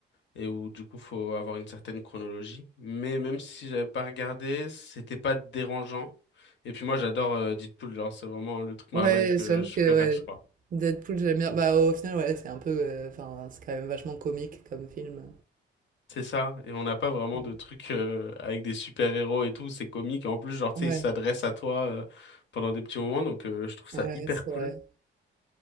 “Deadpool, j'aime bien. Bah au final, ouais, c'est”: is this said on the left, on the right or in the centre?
Right